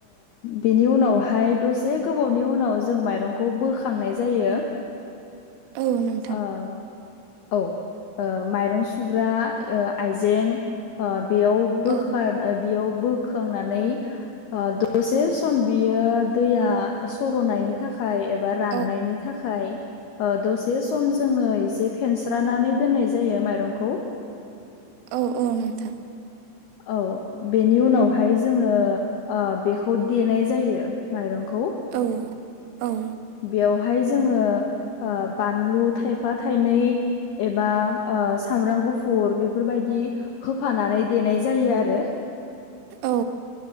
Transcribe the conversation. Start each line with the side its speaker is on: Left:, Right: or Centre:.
Left: बेनि उनावहाय दसे गोबावनि उनाव जों माइरंखौ बोखांनाय जायो।
Right: औ नोंथां
Left: ओं औ माइरं सुग्रा आइजें बा बेयाव बोखार
Right: औ
Left: बेयाव बोखांनानै आ दसे सम बियो दैया सर'नायनि थाखाय एबा राननायनि
Right: औ
Left: थाखाय दसे सम जोङो एसे फेनस्रानानै दोननाय जायो माइरंखौ।
Right: औ औ नोंथां।
Left: औ बेनि उनावहाय जोङो बेखौ देनाय जायो माइरंखौ
Right: औ-औ
Left: बेयावहाय जोङो बानलु थायफा थायनै एबा सामब्राम गुफुर बेफोरबायदि होफानानै देनाय जायो आरो।
Right: औ